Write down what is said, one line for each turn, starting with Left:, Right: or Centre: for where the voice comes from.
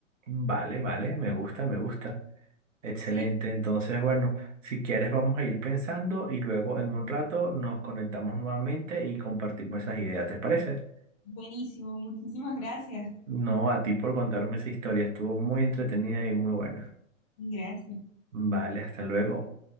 Right: Vale, vale, me gusta, me gusta. Excelente.
Left: Sí,
Right: Entonces, bueno, si quieres vamos a ir pensando y luego en un rato nos conectamos nuevamente y compartimos esas ideas, ¿te parece?
Left: buenísimo. Muchísimas gracias.
Right: No, a ti por contarme esa historia, estuvo muy entretenida y muy buena.
Left: Gracias.
Right: Vale, hasta luego.